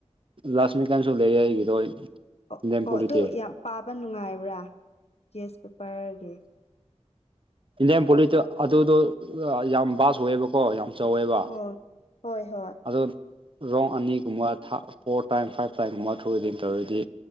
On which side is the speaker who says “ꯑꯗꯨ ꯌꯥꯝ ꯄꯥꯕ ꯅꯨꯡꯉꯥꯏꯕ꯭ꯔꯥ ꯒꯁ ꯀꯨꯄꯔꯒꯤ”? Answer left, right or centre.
Left